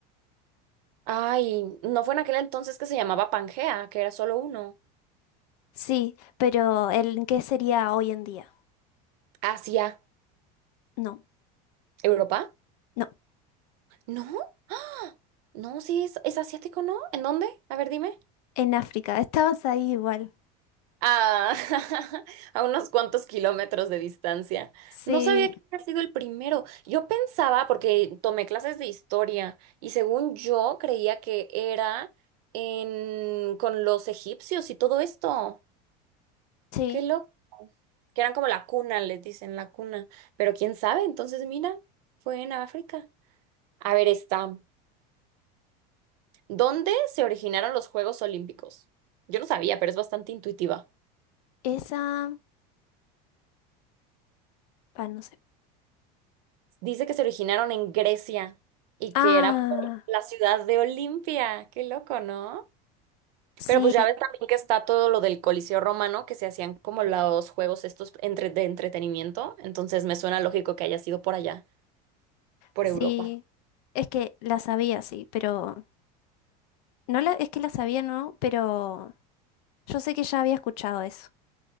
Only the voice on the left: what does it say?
Sí, pero ¿en qué sería hoy en día?
No,
no,
en África. <laughs> Estabas ahí igual.
Sí,
sí,
esa... Ah, no sé.
Ah,
sí,
sí.
Es que la sabía, sí, pero... No la... Es que la sabía, no, pero yo sé que ya había escuchado eso.